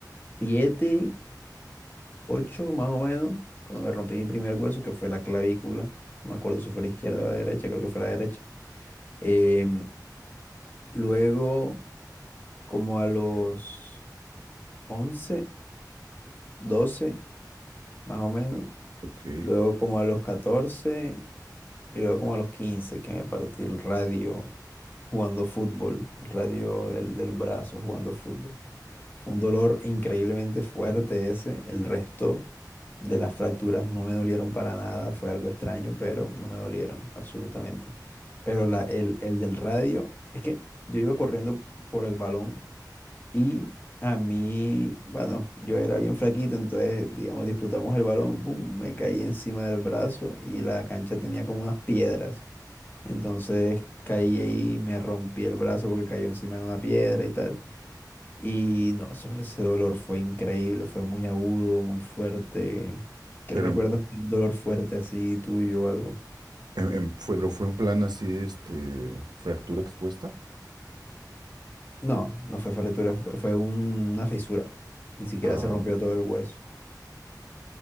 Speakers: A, on the left; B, on the right.
A: siete, ocho más o menos, cuando me rompí mi primer hueso, que fue la clavícula. No me acuerdo si fue la izquierda o la derecha, creo que fue la derecha. Em, luego, como a los 11, 12, más o menos.
B: Ok.
A: Luego como a los catorce Y luego como a los 15 que me partí el radio jugando fútbol, el radio del, del brazo jugando fútbol. Fue un dolor increíblemente fuerte ese. El resto de las fracturas no me dolieron para nada. Fue algo extraño, pero no me dolieron absolutamente. Pero la, el, el del radio, es que yo iba corriendo por el balón y a mí, bueno, yo era bien flaquito, entonces, digamos, disputamos el balón, pum, me caí encima del brazo y la cancha tenía como unas piedras. Entonces caí ahí y me rompí el brazo porque cayó encima de una piedra y tal. Y no, eso- ese dolor fue increíble, fue muy agudo, muy fuerte. ¿Qué
B: Pero
A: recuerdas
B: en
A: de un dolor fuerte así tuyo o algo?
B: En, en- fue, pero fue en plan así, este, fractura expuesta.
A: No, no fue fractura, fue, fue un- una fisura. Ni siquiera
B: Ah,
A: se rompió
B: ok.
A: todo el hueso,